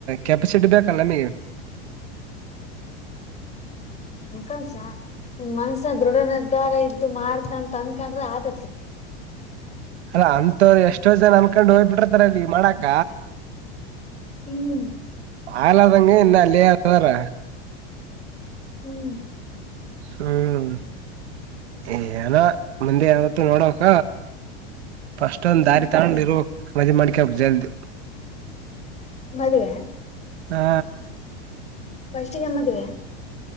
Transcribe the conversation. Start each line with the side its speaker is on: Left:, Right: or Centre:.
Right: ಕೆಪಾಸಿಟಿ ಬೇಕಲ್ಲ ನಿಮಗೆ
Left: ನಿನ್ಕ ನೀನ್ ಮನ್ಸನ ದೃಢ ನಿರ್ಧಾರ ಇತ್ತು ಮಾಡ್ತ ಅಂತ ಅನ್ಕೊಂಡ್ರೆ ಆತಿ
Right: ಅಲ್ಲ ಅಂತವರು ಎಷ್ಟೋ ಜನ ಅನ್ಕೊಂಡು ಹೋಗ್ಬಿಟರ್ತಾರ ಅಲ್ಲಿ ಮಾಡಾಕ
Left: ಹ್ಮ್
Right: ಆಳಾದಂಗ ಇನ್ನಲ್ಲೇರ
Left: ಹ್ಮ್
Right: ಹ್ಮ್ ಏನ ಮಂದೆ ಏವತ್ತು ನೋಡಕ ಫಸ್ಟ್ ಒಂದ್
Left: ಹ್ಮ್
Right: ದಾರಿ ತಗೊಂಡ್ ಇರಕ್ ಮದುವೇ ಮಾಡ್ಕೋಗಕ್ ಜಲ್ದಿ
Left: ಮದುವೇ,
Right: ಹಾ
Left: ಫಸ್ಟ್ಗೆ ಮದ್ವೆ